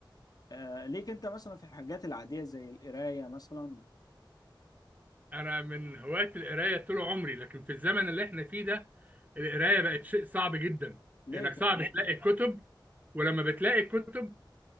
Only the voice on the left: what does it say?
آه ليك انت مثلا في الحاجات العادية زي القراية مثلا
ليه
كده؟